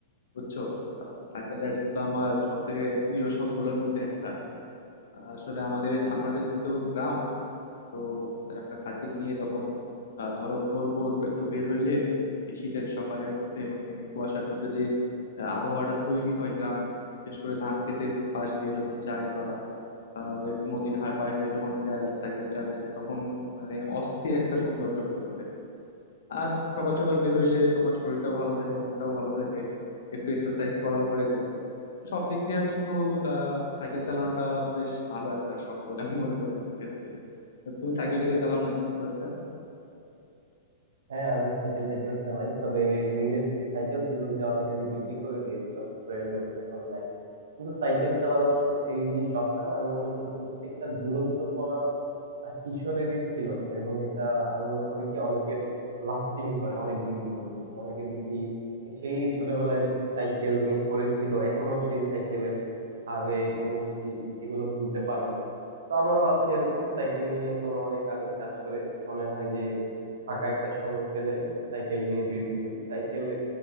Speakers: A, on the left; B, on the right.
A: বুঝছো সাইকেল রাইডিং তো আমার সব থেকে প্রিয় সবগুলোর মধ্যে একটা আহ, আসলে আমাদের এ- আমাদের তো গ্রাম তো একটা সাইকেল নিয়ে যখন আহ, ধরো ভোর ভোর একটু বের হইলে এই শীতের সকালের মধ্যে মানে কুয়াশার মধ্যে যে আহ, আবহাওয়াটা তৈরি হয় গ্রামে বিশেষ করে ধান ক্ষেতের পাশ দিয়ে যখন যাই বা আহ, একটু নদীর হার পাশ দিয়ে যখন যাই সাইকেল চালায় তখন মানে অস্থির একটা সৌন্দর্য ফুটে ওঠে আর সকাল সকাল বের হইলে তোমার শরীরটাও ভালো থাকে মনটাও ভালো থাকে একটু এক্সারসাইজ করাও হয়ে যায় সব দিক দিয়ে কিন্তু আহ, সাইকেল চালানোটা বেশ ভালো একটা শখ বলে আমি মনে করি আমার ক্ষেত্রে তুমি সাইকেলটাকে চালাও নাকি খুব একটা
B: হ্যাঁ আমি সাইকেল টাইকেল চালাই তবে নিজের একটা সাইকেল ছিল ওইটা অনেক আগে বিক্রি করে দিয়েছিলাম প্রয়োজনে এখন নাই কিন্তু সাইকেল চালানোর এই যে শখটা না আমি মনে করি প্রত্যেকটা দুরন্তপনা আহ, কিশোরেরই ছিল এবং এটা আমি মনে করি কি অনেকের লাস্টিং করে অনেক দিন পর্যন্ত অনেকে দেখি সেই ছোটবেলায় যে সাইকেল নিয়ে পড়েছিল এখনো সেই সাইকেলের আবেগ অনুভূতি এগুলো ভুলতে পারে না তো আমারও আছে এরকম সাইকেল নিয়ে এখনো অনেক আবেগ কাজ করে মনে হয় যে ফাঁকা একটা সময় পেলে সাইকেল নিয়ে বেরিয়ে পড়ি সাইকেলে